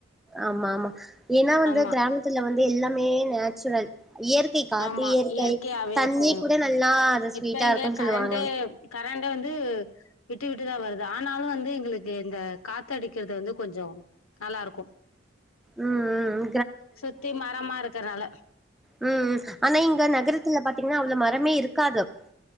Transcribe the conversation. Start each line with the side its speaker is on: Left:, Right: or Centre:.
Centre: ஆமா ஆமா ஏனா வந்து
Left: ஆமா
Centre: திராம்தல வந்து எல்லாமே நேச்சுரல் இயற்கை காத்து
Left: ஆமா
Centre: இயற்கை
Left: இயற்கையாவே
Centre: தண்ணிக்
Left: இருக்கோ
Centre: கூட நல்லா அது ஸ்வீட்டா
Left: இப்ப இங்க
Centre: இருக்குன்னு
Left: கரண்ட்டே
Centre: சொல்லுவாங்க
Left: கரண்ட் வந்து விட்டு விட்டுதா வருது ஆனாலோ வந்து எங்குளுக்கு இந்த காத்தடிக்கிறது வந்து கொஞ்சோ நல்லாருக்கோ
Centre: ம் ம்
Left: சுத்தி மரமா இருகறால
Centre: உம் உம் ஆனா இங்க நகரத்தல பாத் தீங்னா அவ்ளோ மரமே இர்காதொவ்